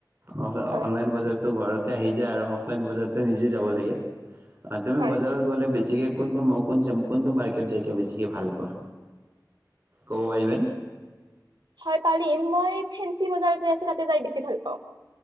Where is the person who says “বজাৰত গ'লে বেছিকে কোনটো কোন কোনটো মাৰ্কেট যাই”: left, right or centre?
Right